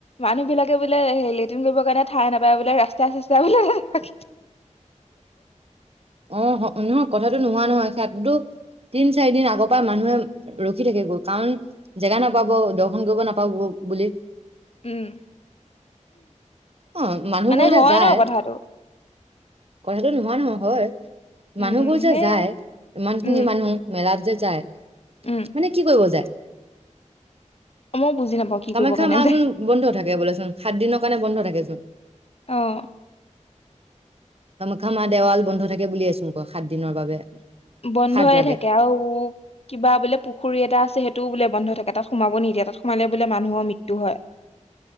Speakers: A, on the left; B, on the right.
A: মানুহ বিলাকে বোলে হেৰি লেট ন, কৰিবৰ কাৰণে ঠাই নাপায়, বোলে ৰাস্তা-চস্তাই বোলে হাগি
B: অ, হয়, নহয় কথাটো নোহোৱা নহয় সেইটো তিন, চাৰি দিন আগৰ পৰাই মানুহে ৰখি থাকে গৈ, কাৰণ জেগা নাপাব, দৰ্শন কৰিব নাপাব বুলি।
A: উম
B: অ, মানুহবোৰ
A: মানে
B: যে
A: হয়
B: যায়।
A: ন কথাটো
B: কথাটো নোহোৱা নহয় হয়।
A: উম
B: মানুহবোৰ যে
A: সেয়াই
B: যায়, ইমানখিনি
A: উম
B: মানুহ মেলাত যে যায়।
A: উম
B: মানে কি কৰিব যায়?
A: মই বুজি নাপাওঁ কি
B: কামাখ্যা
A: কৰিব কাৰণে
B: মা,
A: যায়
B: চোন বন্ধ থাকে বোলেচোন, সাত দিনৰ কাৰণে বন্ধ থাকেচোন।
A: অ,
B: কামাখ্যা মাৰ দেৱাল বন্ধ থাকে বুলিয়েচোন কয় সাত দিনৰ বাবে।
A: বন্ধয়ে,
B: সাত লাগে
A: থাকে আৰু কিবা বোলে পুখুৰী এটা আছে, সেইটোও বোলে বন্ধ থাকে, তাত সোমাব নিদিয়ে, তাত সোমালে বোলে মানুহৰ মৃত্যু হয়।